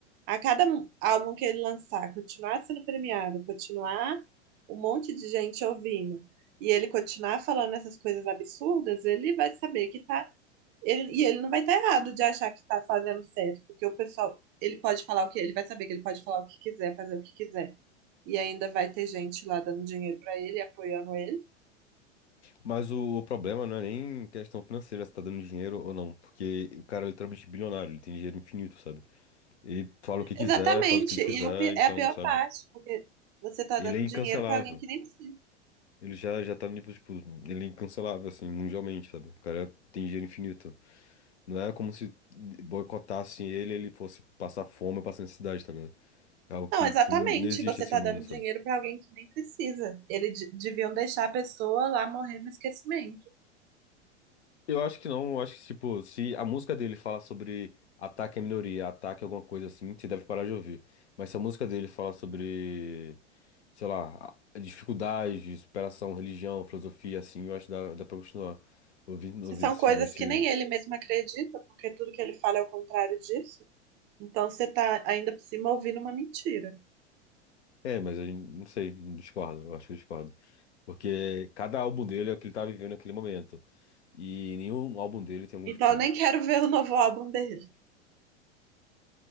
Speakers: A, on the right (about 30°); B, on the left (about 70°).
A: A cada m- álbum que ele lançar, continuar sendo premiado, continuar um monte de gente ouvindo, e ele continuar falando essas coisas absurdas, ele vai saber que tá. Ele, e ele não vai estar errado de achar que está fazendo certo, porque o pessoal, ele pode falar o que, ele vai saber que ele pode falar o que quiser, fazer o que quiser. E ainda vai ter gente lá dando dinheiro para ele, apoiando ele.
B: Mas o, o problema não é nem questão financeira, se tá dando dinheiro ou não. Porque o cara é literalmente bilionário, ele tem dinheiro infinito, sabe? Ele fala o que quiser,
A: Exatamente.
B: faz o que ele quiser,
A: E é o pi-
B: então,
A: é a pior
B: sabe?
A: parte, porque você tá
B: Ele
A: dando
B: é incancelável.
A: dinheiro para alguém que nem precisa.
B: Ele já, já tá no nível, tipo, ele é incancelável, assim, mundialmente, sabe? O cara tem dinheiro infinito. Não é como se boicotassem ele, e ele fosse passar fome, passar necessidade, tá ligado? É algo que
A: Não, exatamente.
B: que não existe
A: Você
B: esse
A: tá
B: mundo,
A: dando
B: sabe?
A: dinheiro para alguém que nem precisa. Eles deviam deixar a pessoa lá morrer no esquecimento.
B: Eu acho que não, eu acho que, tipo, se a música dele fala sobre ataque à minoria, ataque a alguma coisa assim, você deve parar de ouvir. Mas se a música dele fala sobre, sei lá, a- dificuldades, superação, religião, filosofia, assim, eu acho que dá, dá pra continuar ouvindo,
A: Se
B: ouvindo
A: são
B: sim,
A: coisas
B: mas se...
A: que nem ele mesmo acredita, porque tudo que ele fala é o contrário disso, então você tá ainda por cima ouvindo uma mentira.
B: É, mas eu não sei, discordo, eu acho que eu discordo. Porque cada álbum dele é o que ele tá vivendo naquele momento. E nenhum álbum dele tem algum,
A: Então
B: tipo.
A: eu nem quero ver o novo álbum dele.